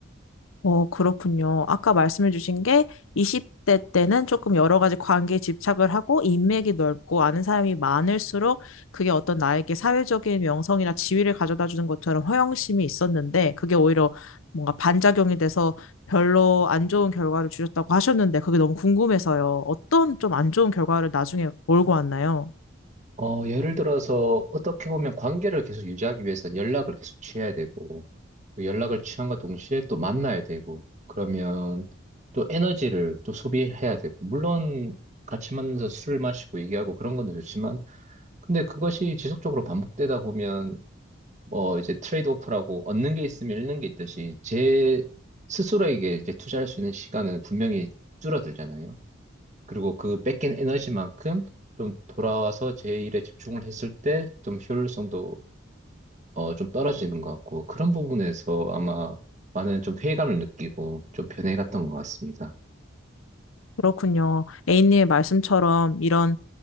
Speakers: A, on the left (about 80°); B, on the right (about 35°).
A: 어, 그렇군요. 아까 말씀해 주신 게 20대 때는 조금 여러 가지 관계에 집착을 하고 인맥이 넓고 아는 사람이 많을수록 그게 어떤 나에게 사회적인 명성이나 지위를 가져다 주는 것처럼 허영심이 있었는데 그게 오히려 뭔가 반작용이 돼서 별로 안 좋은 결과를 주셨다고 하셨는데 그게 너무 궁금해서요. 어떤 좀 안 좋은 결과를 나중에 몰고 왔나요?
B: 어, 예를 들어서 어떻게 보면 관계를 계속 유지하기 위해서는 연락을 계속 취해야 되고 그 연락을 취함과 동시에 또 만나야 되고 그러면 또 에너지를 또 소비해야 되고 물론 같이 만나서 술 마시고 얘기하고 그런 건 좋지만 근데 그것이 지속적으로 반복되다 보면 뭐 이제 트레이드오프라고 얻는 게 있으면 잃는 게 있듯이 제 스스로에게 이제 투자할 수 있는 시간은 분명히 줄어들잖아요. 그리고 그 뺏긴 에너지만큼 좀 돌아와서 제 일에 집중을 했을 때 좀 효율성도 어, 좀 떨어지는 것 같고 그런 부분에서 아마 많은 좀 회의감을 느끼고 좀 변해갔던 것 같습니다.
A: 그렇군요. A님의 말씀처럼 이런